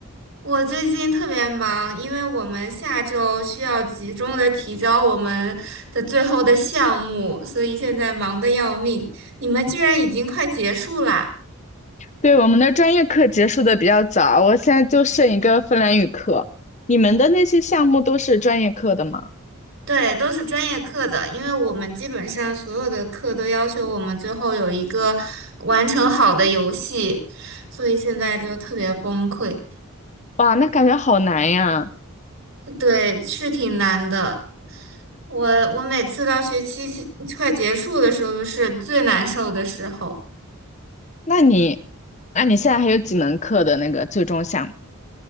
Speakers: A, on the right; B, on the left.
A: 我最近特别忙，因为我们下周需要集中的提交我们的最后的项目，所以现在忙得要命。你们居然已经快结束啦？
B: 对，我们的专业课结束的比较早，我现在就剩一个芬兰语课。你们的那些项目都是专业课的吗？
A: 对，都是专业课的，因为我们基本上所有的课都要求我们最后有一个完成好的游戏，所以现在就特别崩溃。
B: 哇，那感觉好难呀。
A: 对，是挺难的。我我每次到学期快结束的时候是最难受的时候。
B: 那你，那你现在还有几门课的那个最终项目，